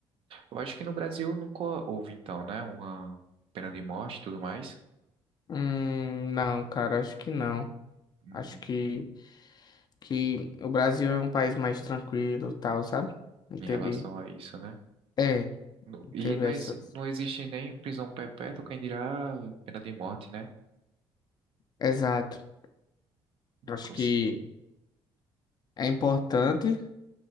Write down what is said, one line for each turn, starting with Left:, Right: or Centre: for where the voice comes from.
Right: eu acho que no Brasil nunca houve então, né, uma pena de morte e tudo mais.
Left: Hum, não, cara, acho que não.
Right: Uhum.
Left: Acho que, que o Brasil é um país mais tranquilo e tal, sabe? Não teve.
Right: em relação a isso, né?
Left: É,
Right: No- E
Left: teve
Right: não,
Left: essa.
Right: exi- não existe nem prisão perpétua, quem dirá pena de morte, né?
Left: Exato. Acho
Right: Com,
Left: que
Right: ce-
Left: é importante